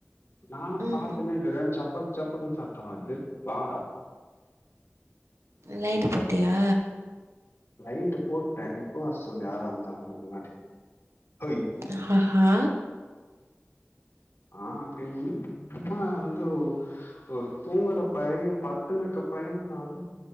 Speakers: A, on the left; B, on the right.
A: நானு
B: ம்
A: பா்த்தன்னே இருக்கிற சப்பக்கு சப்பக்குனு சத்தோ வருது வாங்கடா
B: லைட்டு
A: ம்
B: போட்டியா
A: லைட்டு போட்டே இப்போ வரச் சொல்லு யாரா இருந்தாலு முன்னாடி ஹோய்
B: ஆஹஹா
A: ஆ பின்ன என்ன சும்மா வந்து ஒரு தூங்குற பைய பத்துணுக்க பைய அது